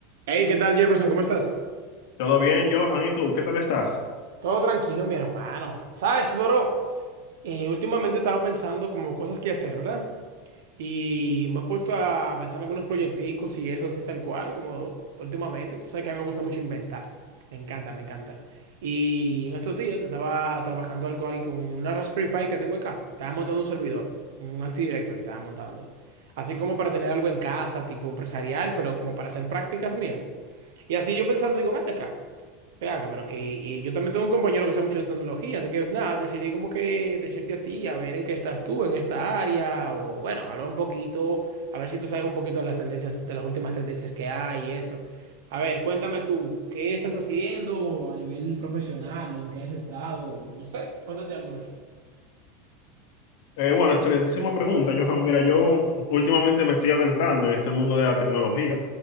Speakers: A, on the right (about 80°); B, on the left (about 60°).
A: Hey, ¿qué tal, Jefferson? ¿Cómo estás?
B: Todo bien, Johan, ¿y tú? ¿Qué tal estás?
A: Todo tranquilo, mi hermano. ¿Sabes, bro? Eh, últimamente he estado pensando como cosas que hacer, ¿verdad? Y me he puesto a pensar en algunos proyecticos y eso así tal cual, como últimamente. Tú sabes que a mí me gusta mucho inventar. Me encanta, me encanta. Y en estos días estaba trabajando algo ahí con una Raspberry Pi que tengo acá. Estaba montando un servidor, un Active Directory estaba montando. Así como para tener algo en casa, tipo empresarial, pero como para hacer prácticas mías. Y así yo pensando, digo, ven acá, ven acá, pero que y yo también tengo un compañero que sabe mucho de tecnología, así que nada, decidí como que decirte a ti, a ver en qué estás tú en esta área, o bueno, hablar un poquito, a ver si tú sabes un poquito de las tendencias, de las últimas tendencias que hay y eso. A ver, cuéntame tú, ¿qué estás haciendo a nivel profesional, o en qué has estado? No sé, cuéntate algo de eso.
B: Eh, bueno, excelentísima pregunta, Johan. Mira, yo últimamente me estoy adentrando en este mundo de la tecnología.